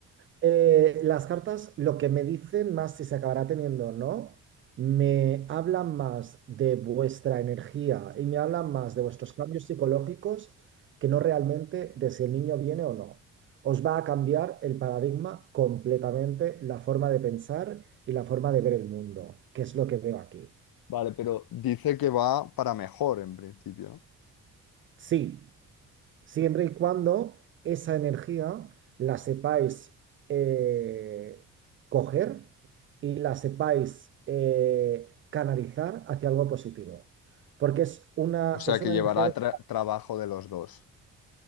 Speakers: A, on the right; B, on the left.
A: Eh, las cartas, lo que me dicen más si se acabará teniendo o no, me hablan más de vuestra energía y me hablan más de vuestros cambios psicológicos que no realmente de si el niño viene o no. Os va a cambiar el paradigma completamente, la forma de pensar y la forma de ver el mundo, que es lo que veo aquí.
B: Vale, pero dice que va para mejor en principio, ¿no?
A: Sí. siempre y cuando esa energía la sepáis eh, coger y la sepáis eh, canalizar hacia algo positivo. Porque es una,
B: O sea
A: es
B: que
A: una
B: llevará
A: energía de...
B: tra- trabajo de los dos.